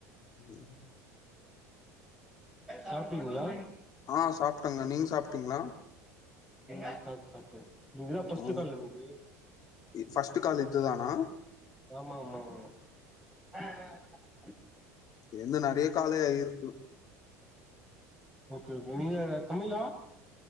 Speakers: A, on the left; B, in the centre.
A: ம்
B: சாப்பிடிங்களா
A: ஆ சாப்ட்டங்க நீங் சாப்ட்டீங்களா
B: ஆ சாப் சாப்டே நீங்கதா பஸ்ட்
A: ஆ
B: கால் என்து
A: ஃபர்ஸ்ட் கால் இதுதானா
B: ஆமா ஆமா ஆமா ஆ ஆ
A: எனது நெறைய கால ஆயிரு ம்
B: ஓகே ஓகே நீங்க தமிழா